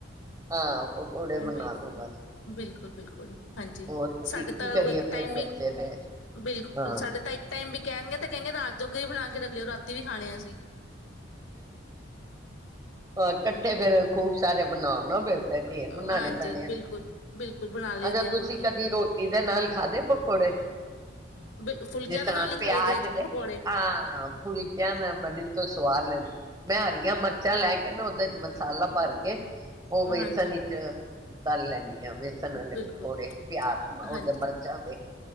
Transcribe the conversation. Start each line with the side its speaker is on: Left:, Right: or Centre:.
Right: ਹਾਂ ਪਕੌੜੇ ਬਣਾ
Left: ਬਿਲਕੁਲ,
Right: ਲੋ ਬਸ
Left: ਬਿਲਕੁਲ, ਬਿਲਕੁਲ ਹਾਂਜੀ,
Right: ਹੋਰ ਕੀ
Left: ਸਾਡੇ
Right: ਕੀ
Left: ਤਾਂ
Right: ਕਰੀਏ
Left: ਇੱਕ
Right: ਫੇਰ
Left: ਟਾਈਮ ਵੀ
Right: ਬੱਚੇ ਦੇ
Left: ਬਿਲਕੁਲ
Right: ਹਾਂ
Left: ਸਾਡੇ ਤਾਂ ਇੱਕ ਟਾਈਮ ਵੀ ਕਹਿਣਗੇ ਤੇ ਕਹਿੰਗੇ ਰਾਤ ਜੋਗੇ ਵੀ ਬਣਾ ਕੇ ਰੱਖਿਓ ਰਾ ਤੀ ਵੀ ਖਾਣੇ ਅਸੀਂ
Right: ਇਕੱਠੇ ਫੇਰ ਖੂਬ ਸਾਰੇ ਬਣਾਓ ਨਾ ਫੇਰ ਢੇਰ
Left: ਹਾਂਜੀ
Right: ਮਨਾਣੇ ਪੈਣੇ ਆ
Left: ਬਿਲਕੁਲ, ਬਿਲਕੁਲ ਬਣਾ ਲਈ
Right: ਅਗਰ
Left: ਦੇ ਆ,
Right: ਤੁਸੀਂ
Left: ਹੋਰ ਕੀ
Right: ਕਦੀ ਰੋਟੀ ਦੇ ਨਾਲ ਖਾਦੇ ਪਕੌੜੇ
Left: ਬਿਲ ਫੁਲਕਿਆਂ
Right: ਜਿਸ ਤਰਾ
Left: ਦੇ ਨਾਲ ਹੀ ਖਾਈ
Right: ਪਿਆਜ
Left: ਆ ਜੀ
Right: ਦੇ
Left: ਪਕੌੜੇ
Right: ਹਾਂ ਫੁਲਕਿਆਂ ਦਾ ਬਣੀ ਤੁਸੀਂ ਬਾਹਰ ਲੈਣਾ ਮੈਂ ਹਰੀਆਂ ਮਿਰਚਾਂ ਲੈ ਕੇ ਨਾ ਉਹਦੇ ਚ ਮਸਾਲਾ ਭਰ ਕੇ ਉਹ ਵੇਸਨੀ
Left: ਹਾਂਜੀ
Right: ਚ ਤਲ ਲੈਂਨੀ ਆ ਬੇਸਣ ਵਾਲੇ
Left: ਬਿਲਕੁਲ
Right: ਪਕੌੜੇ
Left: ਬਿਲਕੁਲ
Right: ਪਿਆ ਉਹਦੇ
Left: ਹਾਂਜੀ
Right: ਮਿਰਚਾਂ ਦੇ